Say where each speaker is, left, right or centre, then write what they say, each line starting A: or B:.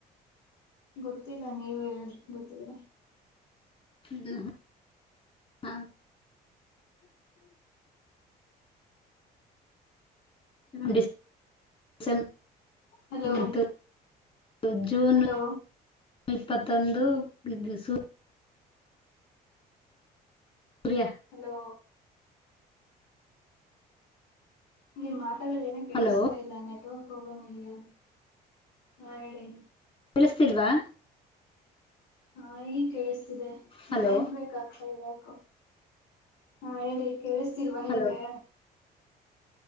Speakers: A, on the left (about 85°); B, on the left (about 30°).
A: ಗೊತ್ತಿಲ್ಲ ನೀವೆ ಹೇಳ್ರಿ ಗೊತ್ತಿದ್ರೆ
B: ದು----ಹಾ
A: <inaudible>
B: ಡಿಸ್---ಸೇಂಬ್
A: ಹಲೋ
B: ಮತ್ತು---ಜೂನ್
A: ಹಲೋ
B: ಇಪ್ಪತ್ತೊಂದು ಗ್--ಗ್ ಸು ಸೂರ್ಯ
A: ಹಲೋ ನೀ ಮಾತಡದೇನು ಕೇಳಿಸ್ತಾ
B: ಹಲೋ
A: ಇಲ್ಲ ಗೊ ಪ್ರೋಗ್ರಾಮ್ ಇದಿಯಾ ಹಾ ಹೇಳಿ
B: ಕೇಳ್ಸ್ತೀಲ್ವ
A: ಹಾ ಈಗ್ ಕೇಳಿಸ್ತಿದೆ
B: ಹಲೋ
A: ಬ್ರೇಕ್ ಬ್ರೇಕ್ ಆಗ್ತಾ ಇದೆ ಯಾಕೊ ಹಾ ಹೇಳಿ ಕೇಳ್ಸ್ತೀಲ್ವ
B: ಹಲೋ
A: ನಿಮ್ಗೆ